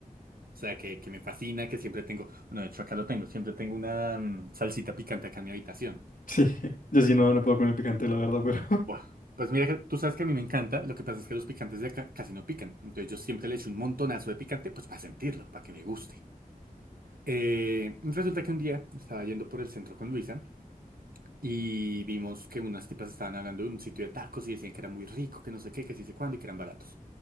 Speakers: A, on the right (about 80°); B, on the left (about 65°).
A: O sea, que, que me fascina, que siempre tengo... Bueno, de hecho acá lo tengo. Siempre tengo una mm, salsita picante acá en mi habitación.
B: Sí, <laughs> yo sí no, no puedo con el picante, la verdad, pero...
A: Buah. Pues mira, que tú sabes que a mí me encanta. Lo que pasa es que los picantes de acá casi no pican. Entonces yo siempre le echo un montonazo de picante, pues para sentirlo, para que me guste. Eh, resulta que un día estaba yendo por el centro con Luisa y vimos que unas tipas estaban hablando de un sitio de tacos y decían que era muy rico, que no sé qué, que sí sé cuándo y que eran baratos.